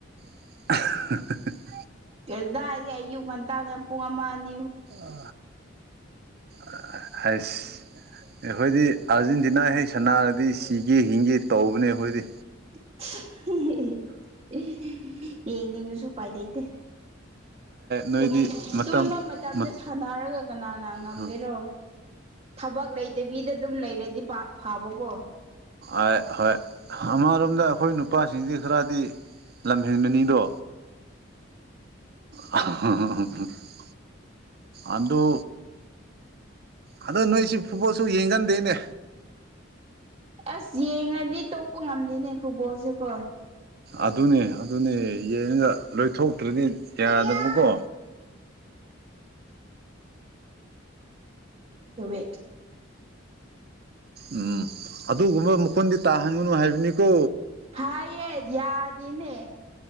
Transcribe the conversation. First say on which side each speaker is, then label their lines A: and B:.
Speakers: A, on the right; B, on the right.
A: ꯑ ꯍꯥ ꯍꯥ
B: ꯀꯗꯥꯏꯗꯩ ꯑꯌꯨꯛ ꯉꯟꯇꯥꯜꯒ ꯄꯨꯡ ꯑꯃꯅꯤ꯫
A: ꯑ ꯑ ꯍꯥꯏꯁ꯫ ꯑꯩꯈꯣꯏꯗꯤ ꯑꯥꯔꯖꯦꯟꯇꯤꯅꯥ ꯍꯦꯛ ꯁꯅꯥꯔꯗꯤ ꯁꯤꯒꯦ ꯍꯤꯡꯒꯦ ꯇꯧꯕꯅꯦ ꯑꯩꯈꯣꯏꯗꯤ꯫
B: <unintelligible> ꯌꯦꯡꯅꯤꯡꯉꯁꯨ ꯎꯄꯥꯏ ꯂꯩꯇꯦ꯫
A: ꯅꯣꯏꯗꯤ
B: ꯇꯨꯝ
A: ꯃꯇꯝ
B: ꯇꯨꯝꯕ ꯃꯇꯝꯗ
A: ꯃꯠ
B: ꯁꯥꯟꯅꯔꯒ ꯀꯅꯥꯅ ꯉꯝꯒꯦꯔꯣ꯫
A: ꯍ ꯍ
B: ꯊꯕꯛ ꯂꯩꯇꯕꯤꯗ ꯑꯗꯨꯝ ꯂꯩꯔꯗꯤ ꯄꯥꯛ ꯐꯥꯕꯀꯣ꯫
A: ꯑꯥꯏ ꯍꯣꯏ ꯍꯃꯔꯛ ꯅꯈꯣꯏ ꯅꯨꯄꯥꯁꯤꯡꯁꯤ ꯈꯔꯗꯤ ꯂꯝꯍꯦꯟꯕꯅꯤꯗꯣ꯫ <unintelligible> ꯑꯗꯨ꯫ ꯑꯗꯣ ꯅꯣꯏꯁꯤ ꯐꯨꯠꯕꯣꯜꯁꯨ ꯌꯦꯡꯒꯟꯗꯦꯅꯦ꯫
B: ꯑꯁ ꯌꯦꯡꯉꯗꯤ ꯇꯣꯛꯄ ꯉꯝꯗꯦꯅꯦ ꯐꯨꯠꯕꯣꯜꯁꯤꯀꯣ꯫
A: ꯑꯗꯨꯅꯦ ꯑꯗꯨꯅꯦ ꯌꯦꯡꯉꯒ ꯂꯣꯏꯊꯣꯛꯇ꯭ꯔꯗꯤ ꯌꯥꯗꯕꯀꯣ
B: ꯌꯥ <unintelligible> ꯦ <unintelligible>
A: ꯎꯝ ꯑꯗꯨꯒꯨꯝꯕ ꯃꯈꯣꯟꯗꯤ ꯇꯥꯍꯟꯒꯅꯨ ꯍꯥꯏꯕꯅꯤꯀꯣ꯫
B: ꯍꯥꯏ ꯌꯦꯦꯗ ꯌꯥꯗꯦꯅꯦ꯫